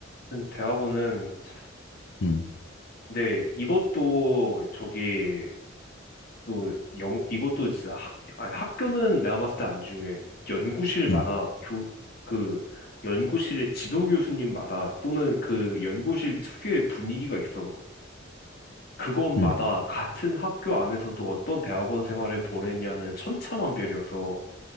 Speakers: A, on the left (about 50°); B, on the left (about 75°).
A: 하여튼 대학원은, 참-
B: 음,
A: 근데 이것도 저기 또 영, 이것도 진짜 학, 아니, 학교는 내가 봤을 때 안 중요해. 연구실마다
B: 음,
A: 교, 그 연구실의 지도 교수님마다 또는 그 연구실 특유의 분위기가 있어. 그곳마다
B: 음,
A: 같은 학교 안에서도 어떤 대학원 생활을 보냈냐는 천차만별이어서,